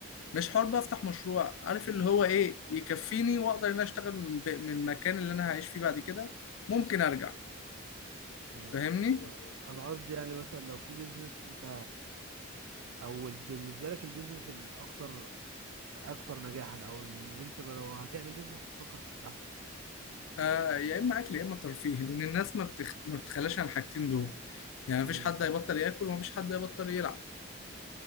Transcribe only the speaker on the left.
مش حر بقى افتح مشروع عارف اللي هو ايه يكفيني واقدر ان انا اشتغل من ب- من المكان اللي انا هعيش فيه بعد كده ممكن ارجع
فاهمني
آه يا اما اكل يا اما ترفيه لان الناس ما بتخ... ما بتخلاش عن الحاجتين دول يعني
مفيش حد
هيبطل ياكل ومفيش حد هيبطل يلعب